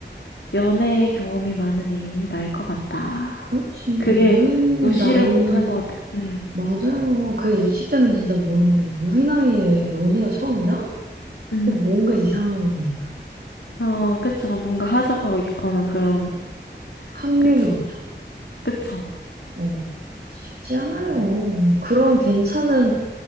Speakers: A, on the left (about 85°); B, on the right (about 60°).
A: 연애 경험이 많은 애인이 나을 것 같다.
B: 그렇지
A: 그게
B: 우리
A: 무시를
B: 나이에.
A: 못 한 것 같아요. 음.
B: 맞아요. 그 20대면 진짜 모르는데, 우리 나이에 연애가 처음이나?
A: 음,
B: 그건 뭔가 이상한 겁니다.
A: 어, 그쵸. 뭔가 하자가 있거나 그런,
B: 확률이
A: 그쵸.
B: 높죠.
A: 그쵸.
B: 어, 쉽지 않아요. 그런 괜찮은,